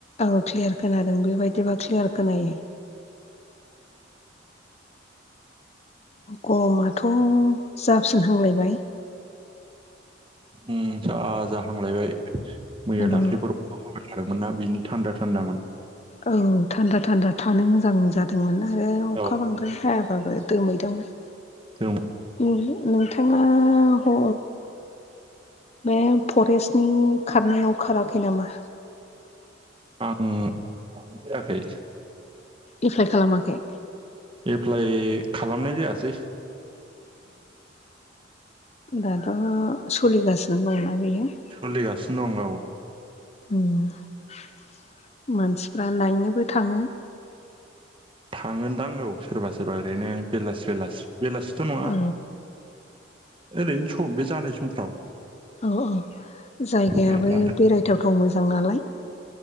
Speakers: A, on the left; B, on the right.
A: औ क्लियार खोनादों बेबायदिबा क्लियार खोनायो। गरमाथ' जाफिनहांलायबाय।
B: उम जा जाहांलायबाय मैया
A: औ
B: दाख्लिफोर अखा हाबाय थादोंमोनना बिनि थान्दा थान्दामोन।
A: औ थान्दा थान्दा थानो मोजां जादोंमोन आरो अखा
B: औ
A: बांद्राय हायाबाबो दोमैदोंमोन।
B: <inaudible>
A: उम नोंथाङा ह बे फरेस्टनि खारनायाव खाराखै नामा?
B: आं खारनाय जायाखै।
A: एप्लाइ खालामाखै?
B: एप्लाइ खालामनाय जायासै।
A: दाथ' सलिगासिनो दंना बियो।
B: सलिगासिनो दं औ।
A: उम मानसिफ्रा नायनोबो थाङो।
B: थाङोनदां औ सोरबा सोरबा ओरैनो बेलासे बेलासे बेलासेथ' नङा।
A: औ
B: ओरैनो सम बे जानाय समफ्राव।
A: औ औ जायगायाबो
B: नायलानोसै
A: बेरायथावथाव मोजां नालाय।